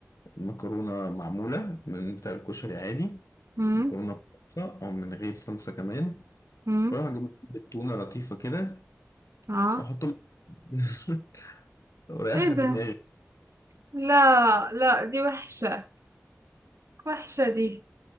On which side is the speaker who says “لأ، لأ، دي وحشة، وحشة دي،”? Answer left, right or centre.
Right